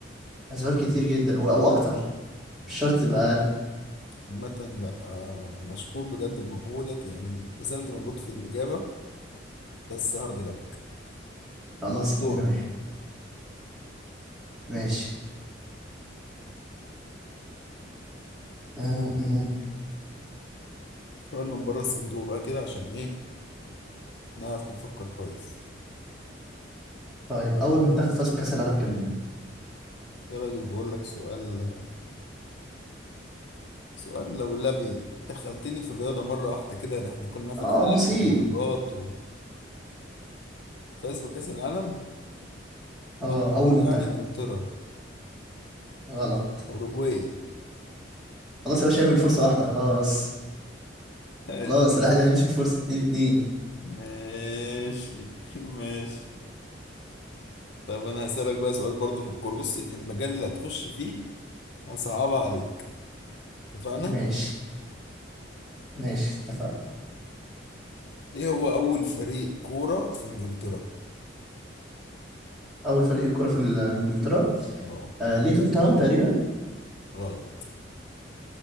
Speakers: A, in the centre; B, on the left.
A: اسباب كتير جدا او أو اكتر مش شرط تبقى اقل
B: عامه لا آه، مشكور بجد بمجهودك يعني بذلت مجهود في الاجابه بس هارد لك
A: خلاص 2
B: دورك
A: 1 ماشي <laughs>
B: سؤال من بره الصندوق بقى كده عشان ايه نعرف نفكر كويس
A: طيب اول منتخب فاز بكاس العالم كان مين
B: يا راجل بقول لك سؤال سؤال لو لبي دخلتني في الرياضه مره واحده كده ده احنا كنا في
A: اه
B: الفلك
A: بسيط
B: والمجرات وفاز بكاس العالم
A: اه
B: اعتقد
A: اول منتخب
B: يعني انجلترا
A: غلط
B: اوروجواي
A: خلاص يا باشا من فرصه واحده خلاص
B: ماشي
A: خلاص الواحد هيمسك فرصه اتنين اتنين
B: ماشي <laughs> ماشي طب انا هسألك بقى سؤال برضه في الكورة بص المجال اللي هتخش فيه هصعبها عليك اتفقنا؟
A: ماشي ماشي اتفقنا
B: ايه هو أول فريق كورة في انجلترا؟
A: اول فريق كرة في ال- انجلترا
B: اه
A: آه ليتون تاون تقريبا
B: غلط